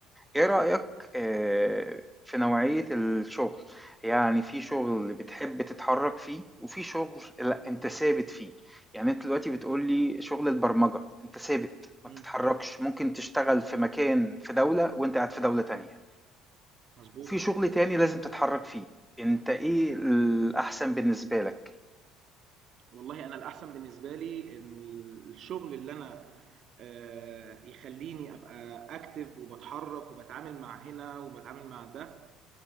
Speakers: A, in the centre; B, on the right (about 60°).
A: ايه رأيك
B: إمم،
A: آه، في نوعية الشغل يعني في شغل اللي بتحب تتحرك فيه وفي شغل لا انت ثابت فيه يعني انت دلوقتي بتقولي شغل البرمجة انت ثابت ما
B: إمم،
A: بتتحركش ممكن تشتغل في مكان في دولة وانت قاعد في دولة تانية
B: مضبوط.
A: وفي شغل تاني لازم تتحرك فيه انت ايه الأحسن بالنسبة لك
B: والله أنا الأحسن بالنسبة لي إن الشغل اللي أنا آآ، يخلّيني أبقى active وباتحرك وباتعامل مع هنا وباتعامل مع ده،